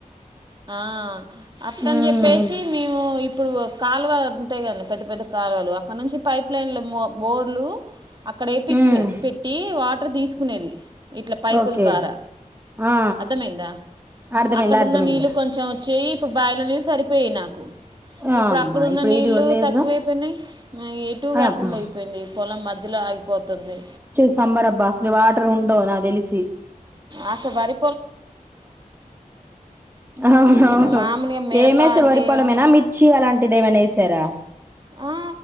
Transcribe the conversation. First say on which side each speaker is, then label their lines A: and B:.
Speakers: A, on the right (about 30°); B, on the right (about 15°).
A: ఆ అట్టని
B: ఉమ్
A: చెప్పేసి మేము ఇప్పుడు కాలువలు ఉంటాయి కదా పెద్ద పెద్ద కాలువలు అక్కడ నుంచి పైప్ లైన్లు ప బోర్లు అక్కడ వేపిచ్చే
B: ఉమ్
A: పెట్టి వాటర్ తీసుకునేది ఇట్లా పైపుల్
B: ఓకే
A: ద్వారా
B: ఆ
A: అర్థమైందా
B: అర్థమైంది
A: అక్కడ
B: అర్థమైంది
A: ఉన్న నీళ్ళు కొంచెం వచ్చే ఇప్పుడు బాయిలో నీళ్ళు సరిపోయి నాకు
B: ఆ,
A: ఇప్పుడు
B: అమ్మా
A: అక్కడున్న
B: ఇప్పుడు
A: నీళ్లు
B: ఇది కూడా లేదుగా
A: తక్కువైపోయినయి ఎటు
B: అయమ్మా
A: కాకుండా అయిపోయింది పొలం మధ్యలో ఆగిపోతుంది
B: సంబరబ్బా అసలు వాటర్ ఉండవ్ నాక్ తెలిసి
A: ఆసా బారి
B: అవునవును
A: ఇప్పుడు మామూలుగా మిరప
B: ఏమేసారు
A: అంటే
B: వరిపొలమైనా
A: ఏమన్నా
B: మిర్చి అలాంటిది ఏమైనేసారా
A: ఆ